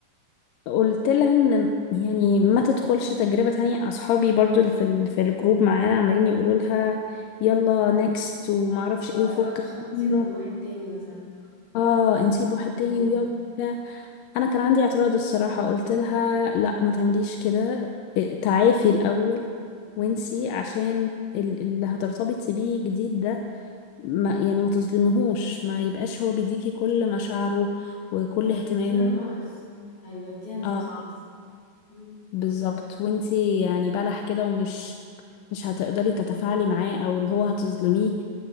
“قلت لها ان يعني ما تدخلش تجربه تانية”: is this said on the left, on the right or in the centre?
Left